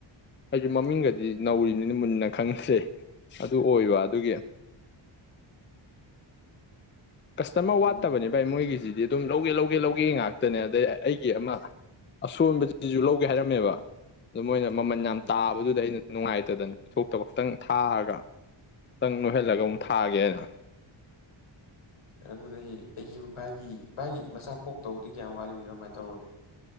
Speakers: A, on the left; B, on the left.
A: ꯑꯩꯁꯨ ꯃꯃꯤꯡꯒꯗꯤ ꯅꯧꯔꯤꯅꯤꯅ ꯃꯨꯟꯅ ꯈꯪꯉꯤꯁꯦ ꯑꯗꯨ ꯑꯣꯏꯕ ꯑꯗꯨꯒꯤ ꯀꯁꯇꯃꯔ
B: ꯎꯝ
A: ꯋꯥꯠꯇꯕꯅꯤ ꯚꯥꯏ ꯃꯣꯏꯒꯤꯁꯤꯗꯤ ꯑꯗꯨꯝ ꯂꯧꯒꯦ ꯂꯧꯒꯦ ꯂꯧꯒꯦ ꯉꯥꯛꯇꯅꯦ ꯑꯗꯩ ꯑꯩꯒꯤ ꯑꯃ ꯑꯁꯣꯟꯕꯕꯁꯤꯁꯨ ꯂꯧꯒꯦ ꯍꯥꯏꯔꯝꯃꯦꯕ ꯑꯗꯨ ꯃꯣꯏꯅ ꯃꯃꯜ
B: ꯎꯝ
A: ꯌꯥꯝ ꯇꯥꯕꯗꯨꯗ ꯑꯩꯅ ꯅꯨꯡꯉꯥꯏꯇꯗꯅ ꯄꯤꯊꯣꯛꯇꯕ ꯈꯇꯪ ꯊꯥꯔꯒ ꯈꯤꯇꯪ ꯅꯣꯏꯍꯜꯂꯒ ꯑꯃꯨꯛ ꯊꯥꯒꯦꯅ
B: ꯑꯗꯨꯗꯒꯤꯩ ꯑꯩꯁꯨ ꯚꯥꯏꯒꯤ ꯚꯥꯏꯒꯤ ꯃꯆꯥ ꯀꯣꯛ ꯇꯧꯗꯤ ꯀꯌꯥꯝ ꯋꯥꯠꯂꯤꯒꯦ ꯀꯃꯥꯏꯅ ꯇꯧꯔꯒꯦ